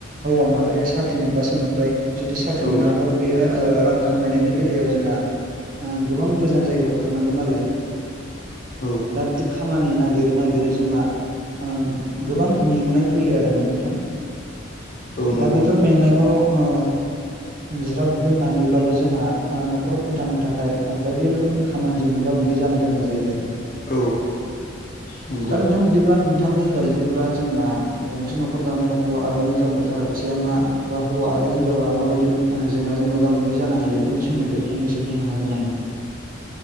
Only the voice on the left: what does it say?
औ
औ
औ नंगौ
नंगौ
औ नंगौ